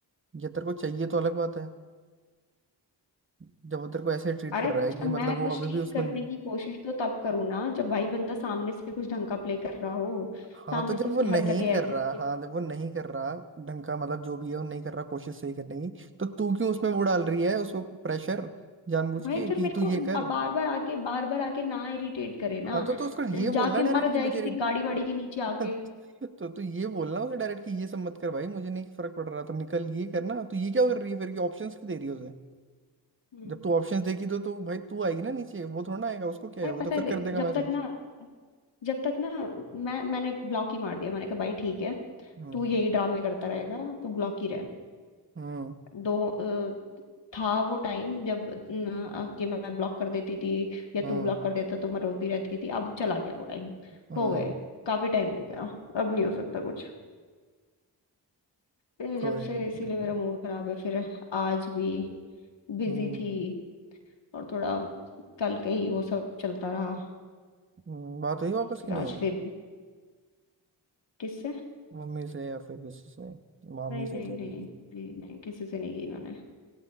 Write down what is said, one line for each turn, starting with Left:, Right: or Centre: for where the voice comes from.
Right: ये तेरे को चाहिए तो अलग बात है जब वो तेरे को ऐसे ट्रीट
Left: अरे
Right: कर रहा है
Left: च-
Right: कि मतलब
Left: मैं
Right: वो
Left: कुछ
Right: अभी
Left: ठीक
Right: भी उस
Left: करने
Right: बंदे
Left: की कोशिश तो तब करूँ ना जब भाई बंदा सामने से कुछ ढंग का प्ले कर रहा हो
Right: हाँ
Left: सामने
Right: तो जब
Left: से उसकी
Right: वो नहीं
Left: हरकतें ऐसी
Right: कर रहा
Left: हैं कि
Right: हाँ जब वो नहीं कर रहा ढंग का मतलब जो भी है वो नहीं कर रहा कोशिश सही करने की तो तू क्यों उसमें वो डाल रही है उसको प्रेशर जानबूझ
Left: भाई
Right: के
Left: फिर
Right: कि
Left: मेरे
Right: तू ये
Left: को
Right: कर
Left: अब बार बार आके बार बार आके ना इरिटेट करे ना
Right: हाँ तो, तो उसको ये बोलना
Left: जाके
Right: डायरेक्ट
Left: मर
Right: कि
Left: जाए
Right: मुझे
Left: किसी गाड़ी वाड़ी के नीचे आके
Right: तो तू ये बोलना उसे डायरेक्ट कि ये सब मत कर भाई मुझे नहीं फर्क पड़ रहा तो निकल ये करना तो ये क्या कर रही है फिर ये ऑप्शंस क्यों दे रही है उसे
Left: हम्म
Right: जब तू ऑप्शंस देगी तो तो भाई तू आएगी ना नीचे वो थोड़ा ना आएगा उसको क्या
Left: अरे
Right: है वो
Left: पता
Right: तो फिर
Left: है देख
Right: कर देगा
Left: जब
Right: मैसेज
Left: तक ना जब तक ना मैं मैंने ब्लॉक ही मार दिया मैंने कहा भाई ठीक है
Right: हम्म
Left: तू यही ड्रामे करता रहेगा तू ब्लॉक ही रह
Right: हम्म
Left: दो था वो टाइम जब न, अ, कि मैं ब्लॉक कर देती थी या
Right: हम्म
Left: तू ब्लॉक कर देता तो मैं रोती रहती थी अब चला गया वो टाइम
Right: हम्म,
Left: हो गए काफी टाइम हो गया अब नहीं हो सकता कुछ फिर
Right: कोई
Left: जब से
Right: नहीं
Left: इसीलिए
Right: कोई
Left: मेरा
Right: नहीं।
Left: मूड खराब है फिर आज भी बिजी
Right: हम्म
Left: थी और थोड़ा कल के ही वो सब चलता रहा
Right: हम्म, बात हुई वापस
Left: फिर
Right: की नहीं
Left: आज
Right: हुई
Left: फिर किससे
Right: मम्मी से या फिर किसी से मामी
Left: नहीं नहीं
Right: से तेरी
Left: नहीं नहीं नहीं किसी से नहीं गई मैंने